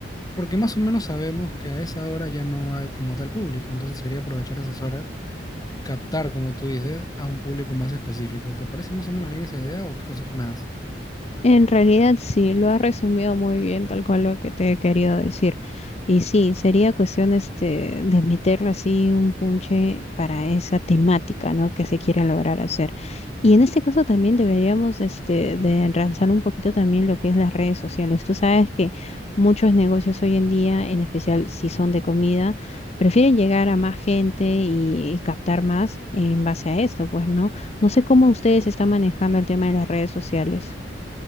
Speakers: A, on the left; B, on the left.
A: Porque más o menos sabemos que a esa hora ya no hay como tal público, entonces sería aprovechar esas horas y captar, como tú dices, a un público más específico. ¿Te parece más o menos bien esa idea o qué consejo me das?
B: En realidad sí, lo has resumido muy bien, tal cual lo que te he querido decir. Y sí, sería cuestión este, de meterle así un punche para esa temática, ¿no? que se quiere lograr hacer. Y en este caso también deberíamos este, de ensalzar un poquito también lo que es las redes sociales. Tú sabes que muchos negocios hoy en día, en especial si son de comida, prefieren llegar a más gente y, y captar más en base a esto, pues, ¿no? No sé cómo ustedes están manejando el tema de las redes sociales.